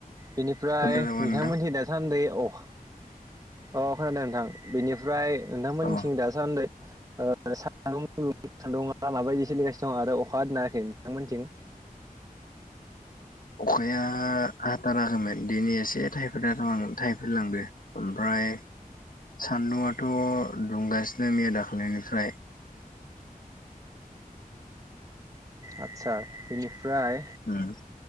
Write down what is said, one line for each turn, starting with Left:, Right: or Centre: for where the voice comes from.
Right: बिनिफ्राय
Left: खोनादोंबा
Right: नोंथांमोनथि
Left: नोंथां
Right: दासान्दै अ अ खोनादों नोंथां बेनिफ्राय नोंथांमोननिथिं
Left: अ
Right: दासान्दै <unintelligible> माबायदि सोलिगासिनो दङ' आरो अखा दोनाखै नोंथांमोनथिं?
Left: <inaudible> अखाया हाथाराखैमोन दिनि एसे थाइफ्रिना <unintelligible> थाइफ्रि लांदो ओमफ्राय <unintelligible> सान्दुंआथ' दुंगासिनो मैया दाख्लैनिफ्राय।
Right: आच्छा बिनिफ्राय
Left: उम